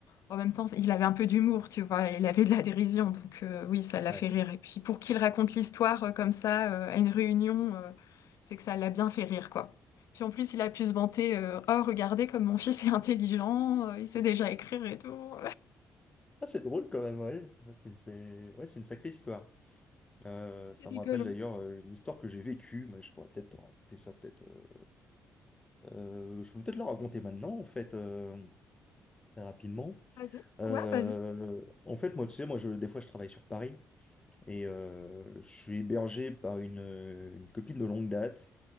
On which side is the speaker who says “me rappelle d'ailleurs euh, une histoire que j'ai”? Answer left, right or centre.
Left